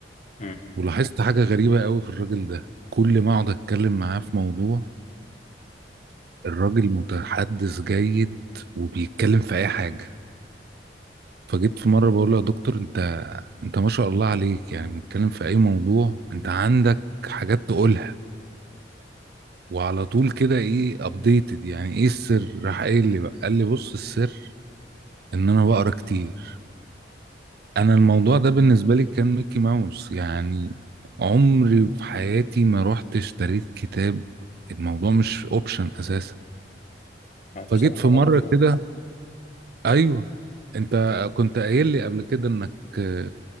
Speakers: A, on the left; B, on the right.
A: مم.
B: ولاحظت حاجه غريبه قوي في الراجل ده كل ما اقعد اتكلم معاه في موضوع الراجل متحدث جيد وبيتكلم في اي حاجه فجيت في مره بقول له يا دكتور انت انت ما شاء الله عليك يعني بنتكلم في اي موضوع انت عندك حاجات تقولها وعلى طول كده ايه ابديتد يعني ايه السر راح قايل لي بقى قال لي بص السر ان انا بقرا كتير انا الموضوع ده بالنسبه لي كان ميكي ماوس يعني عمري في حياتي ما رحت اشتريت كتاب الموضوع مش اوبشن اساسا فجيت
A: بصراحة
B: في مره
A: برضو
B: كده ايوه انت كنت قايل لي قبل كده انك آه،